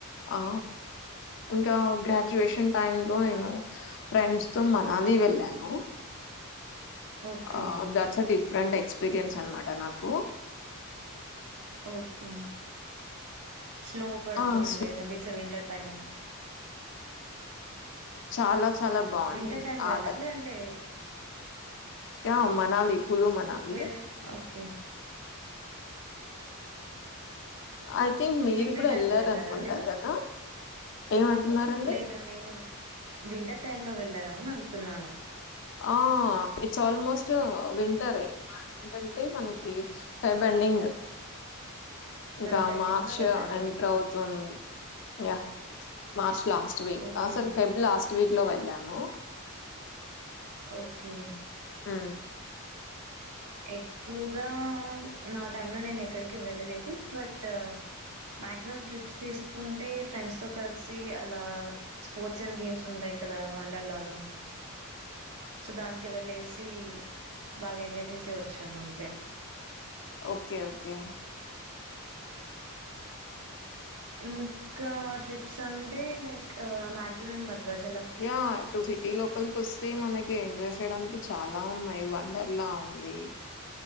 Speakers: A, on the left; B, on the right.
A: ఆ ఇంకా గ్రాడ్యుయేషన్ టైమ్ లో నేను ఫ్రెండ్స్ తో మనాలి వెళ్ళాను
B: okay
A: ఆ that's a different experience అన్నమాట నాకు
B: ఓకే స్నో పడుతూ
A: ఆ
B: ఉండే
A: స్న-
B: బీచ్ వింటర్ టైం
A: చాలా చాలా బాగుండింది
B: వింటర్ టైం లో
A: ఆ
B: వెళ్లర లేదంటే
A: ఆ మనాలి కులు మనాలి
B: మీరూ ఓకే
A: ఐ థింక్ మీరు
B: వింటర్
A: కూడా
B: టైమ్
A: వెళ్లారనుకుంటా
B: లో వెళ్ళారా మీరు
A: కదా ఏమంటున్నారండి
B: లేదు నేను వింటర్ టైమ్ లో వెళ్ళను అడుగుతున్నాను
A: ఆ ఇట్స్ ఆల్మోస్ట్ వింటర్ే ఏంటంటే మనకి ఫెబ్ ఎండింగ్ ఇంకా
B: ఫెబ్ ఎండింగ్
A: మార్చ్
B: లో వెళ్ళారు
A: ఎంటర్ అవుతుం yeah March last week
B: okay
A: అసల్ ఫెబ్ లాస్ట్ స్వీక్ లో వెళ్ళాము
B: ఓకే
A: హు
B: ఎక్కువగా నా టైమ్ లో నేను ఎక్కడికి వెళ్ళలేదు బట్ మక్సిమం ట్రిప్స్ తీసుకుంటే ఫ్రెండ్స్ తో కలిసి అలా స్పోర్ట్స్ అండ్ గేమ్స్ ఉంటాయి కదా వండర్లా లో సో దానికి వెళ్ళసి బాగా ఎంజాయ్ చేస్ వచ్చం అంతే
A: ఓకే ఓకే
B: ఇంకా ట్రిప్స్ అంటే లైక్ మాక్సిమం భద్రాచ్
A: యా ఇటూ సిటీ లోపల్కి వస్తే మనక్ కీ ఎంజాయ్ చేయడానికి చాలా ఉన్నాయి వండర్ లా ఉంది